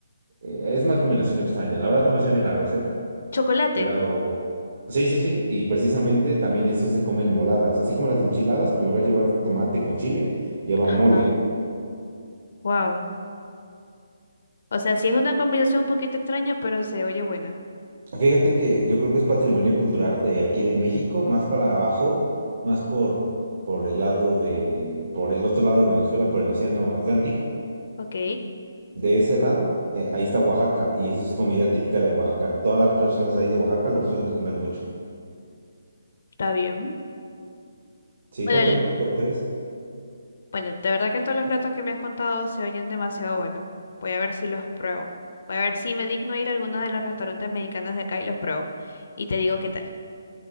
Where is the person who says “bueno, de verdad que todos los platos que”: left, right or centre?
Left